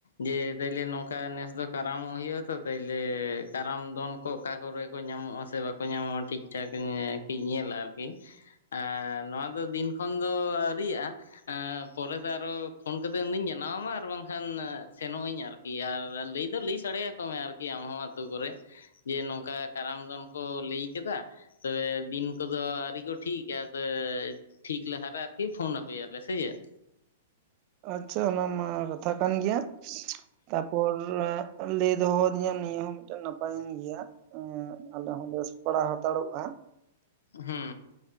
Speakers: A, on the left; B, on the right.
A: ᱡᱮᱹ ᱛᱟᱦᱞᱮ ᱱᱚᱝᱠᱟ ᱱᱮᱥ ᱫᱚ ᱠᱟᱨᱟᱢᱚᱜ ᱦᱩᱭᱩᱜ ᱟ ᱛᱚ ᱛᱟᱦᱞᱮ ᱠᱟᱨᱟᱢ ᱫᱚᱱ ᱚᱠᱟ ᱠᱚᱨᱮ ᱠᱚ ᱧᱟᱢᱚᱜᱼᱟ ᱥᱮ ᱵᱟᱠᱚ ᱧᱟᱢᱚᱜᱼᱟ ᱴᱷᱤᱠ ᱴᱷᱟᱠ ᱧᱮᱞᱟ ᱟᱨᱠᱤ ᱮ ᱱᱚᱣᱟ ᱫᱚ ᱫᱤᱱ ᱠᱷᱚᱱ ᱫᱚ ᱟᱹᱣᱨᱤᱭᱟᱜᱼᱟ ᱯᱚᱨᱮᱛᱮ ᱟᱨᱚ ᱯᱷᱳᱱ ᱠᱟᱛᱮᱫ ᱩᱱᱫᱩᱧ ᱡᱟᱱᱟᱣ ᱟᱢᱟ ᱟᱨ ᱵᱟᱝᱠᱷᱟᱱ ᱥᱮᱱᱚᱜ ᱟᱹᱧ ᱟᱨᱠᱤ ᱠᱤ ᱟᱨ ᱞᱟᱹᱭ ᱫᱚ ᱞᱟᱹᱭ ᱥᱟᱰᱮᱭᱟᱠᱚᱢᱮ ᱟᱨᱠᱤ ᱟᱢ ᱦᱚᱸ ᱟᱛᱳ ᱠᱚᱨᱮ ᱡᱮᱹ ᱱᱚᱝᱠᱟ ᱠᱟᱨᱟᱢ ᱫᱚᱱ ᱠᱚ ᱞᱟᱹᱭ ᱠᱮᱫᱟ ᱛᱚᱵᱮ ᱫᱤᱱ ᱠᱚᱫᱚ ᱟᱹᱣᱨᱤ ᱠᱚ ᱴᱷᱤᱠᱟ ᱴᱷᱤᱠ ᱞᱟᱦᱟ ᱨᱮ ᱟᱹᱨᱠᱤ ᱯᱷᱳᱱ ᱟᱯᱮᱭᱟᱞᱮ ᱥᱮ ᱪᱮᱫ
B: ᱟᱪᱪᱷᱟ ᱚᱱᱟ ᱢᱟ ᱠᱟᱛᱷᱟ ᱠᱟᱱ ᱜᱮᱭᱟ ᱛᱟᱯᱚᱨ ᱞᱟᱹᱭ ᱫᱚᱦᱚᱟᱹᱫᱤᱧᱟᱢ ᱱᱤᱭᱟᱹ ᱦᱚᱸ ᱢᱤᱫᱴᱮᱱ ᱱᱟᱯᱟᱭᱮᱱ ᱜᱮᱭᱟ ᱟᱞᱮ ᱦᱚᱸᱞᱮ ᱥᱟᱯᱲᱟᱣ ᱦᱟᱛᱟᱲᱚᱜᱼᱟ
A: ᱦᱩᱸ